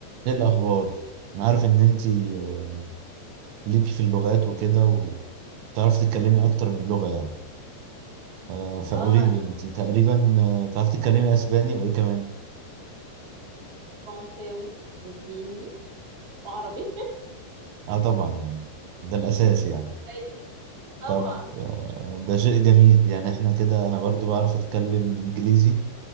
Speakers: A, on the right (about 85°); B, on the right (about 20°).
A: ايه الاخبار انا عارف ان انتي آه، ليكي في اللغات وكده وتعرفي تتكلمي اكتر من لغة يعني آه، فقولي
B: اه انا
A: لي انتي تقريبا آه، بتعرفي تتكلمي اسباني وايه كمان
B: فرنساوي انجليزي وعربي
A: اه طبعا يعني ده الاساس يعني
B: <laughs> ايوه طبعا
A: طب آه، ده شيء جميل يعني احنا كده انا برضو بعرف اتكلم انجليزي